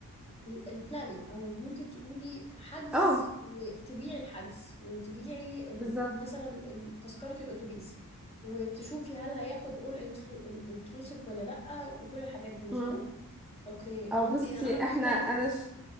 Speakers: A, on the left; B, in the centre.
A: البلاننج او ممكن تقولي حجز
B: اه
A: وتبيعي الحجز وتبيعي ال-
B: بالظبط
A: مثلا ال- تذكرة الاتوبيس وتشوفي هل هياخد all inclu- inclusive ولا لا وكل الحاجات دي مظبوط
B: مم.
A: اوكي
B: او
A: اه
B: بصي
A: انت انا مختلفة
B: احنا انا ش...